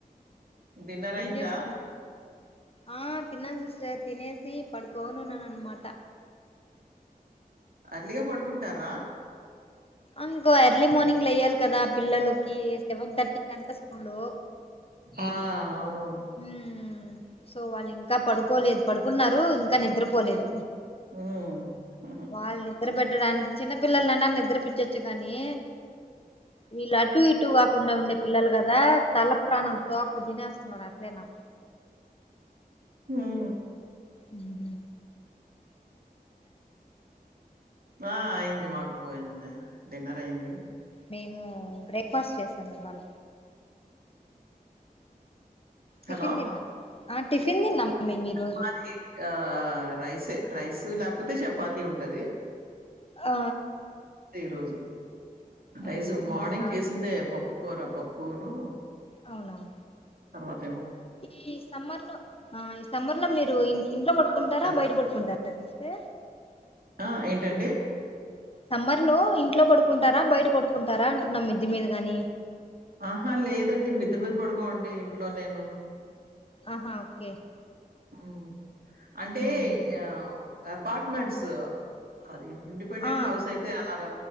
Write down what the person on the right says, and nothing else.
డిన్నర్ అయిందా
అర్లిగా పడుకుంటారా
ఆ అవునవును
హ్మ్మ్
హ్మ్మ్
ఆ అయింది మాకు బోజనమే డిన్నర్ అయింది
హలో
మాది ఆ రైస్ ఏ రైస్ లేకపోతే చపాతి ఉంటది
ఈ రోజు రైజు
మార్నింగ్
చేసిందే పప్పు పప్పు కూర, పప్పునూ
తర్వాత
అస్సలు
ఆ ఏంటండి.
ఆహా లేదండి. మిద్ద మీద పడుకోనండి ఇంట్లో నేను.
ఆ అంటే
ఆ అపార్ట్మెంట్స్ ఆ అది ఇండిపెండెంట్
హౌస్ అయితే అలాగా.